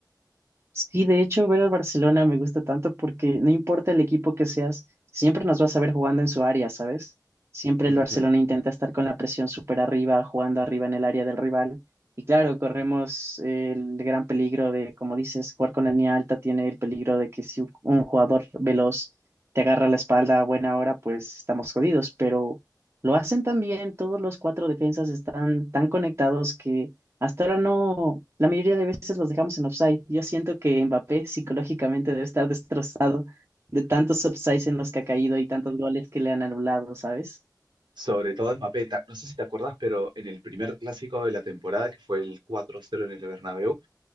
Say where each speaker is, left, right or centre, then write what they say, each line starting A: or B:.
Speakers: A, on the right; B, on the right.
A: Sí, de hecho, ver al Barcelona me gusta tanto porque no importa el equipo que seas, siempre nos vas a ver jugando en su área, ¿sabes? Siempre
B: Ujú.
A: el Barcelona intenta estar con la presión súper arriba, jugando arriba en el área del rival. Y claro, corremos el gran peligro de, como dices, jugar con línea alta tiene el peligro de que si un jugador veloz te agarra la espalda a buena hora, pues estamos jodidos. Pero lo hacen tan bien, todos los cuatro defensas están tan conectados que hasta ahora no, la mayoría de veces los dejamos en offside. Yo siento que Mbappé psicológicamente debe estar destrozado de tantos offsides en los que ha caído y tantos goles que le han anulado, ¿sabes?
B: Sobre todo en Mbappé, ta- no sé si te acuerdas, pero en el primer clásico de la temporada, que fue el cuatro cero en el Bernabéu,